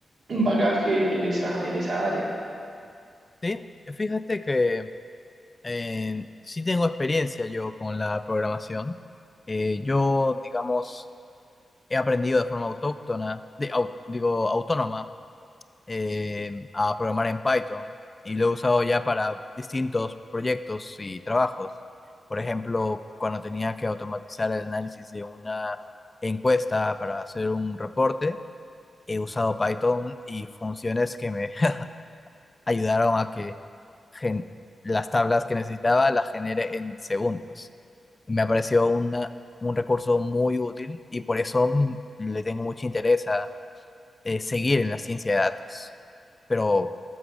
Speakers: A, on the right; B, on the left.
A: un bagaje en esa, en esa área.
B: Sí, fíjate que Eh, sí tengo experiencia yo con la programación. Eh, yo, digamos, he aprendido de forma autóctona, de, au- digo, autónoma, eh, a programar en Python y lo he usado ya para distintos proyectos y trabajos. Por ejemplo, cuando tenía que automatizar el análisis de una encuesta para hacer un reporte, he usado Python y funciones que me <laughs> ayudaron a que gen- las tablas que necesitaba las genere en segundos. me ha parecido una- un recurso muy útil y por eso mm, le tengo mucho interés a eh, seguir en la ciencia de datos. Pero